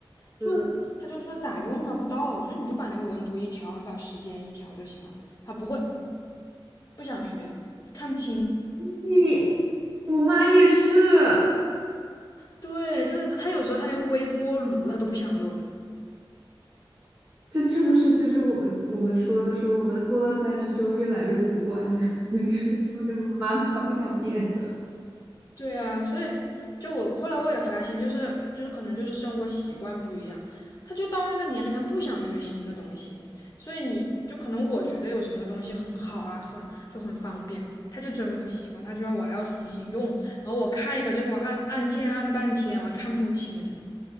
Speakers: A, on the left (about 45°); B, on the right (about 25°).
A: 就他就说咋用啊，
B: 嗯，
A: 不到啊。我说你就把那个温度一调，你把时间一调就行了。他不会，不想学，看不清。
B: 对，我妈也是。
A: 对，就是他有时候他连微波炉他都不想用。
B: 这是不是就是我们我们说的，说我们过了三十之后越来越古怪，<laughs> 就是朝着妈妈的方向变
A: 对啊，所以就我后来我也发现，就是就是可能就是生活习惯不一样，他就到那个年龄，他不想学新的东西，所以你就可能我觉得有什么东西很好啊，很就很方便，他就真不习惯，他觉得我还要重新用，然后我看一个这个我按按键按半天，我还看不清，